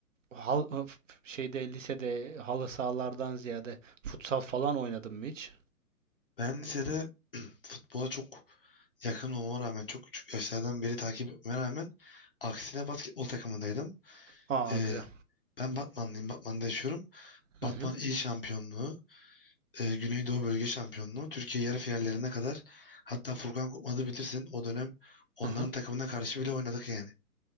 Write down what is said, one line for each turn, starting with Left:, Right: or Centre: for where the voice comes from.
Right: hal, f- şeyde lisede halı sahalardan ziyade futsal falan oynadım mı hiç?
Left: Ben lisede futbola çok yakın olmama rağmen çok küçük yaşlardan beri takip etmeme rağmen aksine basketbol takımındaydım.
Right: Aa
Left: Ee,
Right: güzel.
Left: ben Batmanlıyım. Batman'da yaşıyorum.
Right: Hı
Left: Batman
Right: hı.
Left: il şampiyonluğu e, Güneydoğu Bölge Şampiyonluğu Türkiye yarı finallerine kadar hatta Furkan Korkmaz'ı bilirsin o dönem onların
Right: Hı hı.
Left: takımına karşı bile oynadık yani.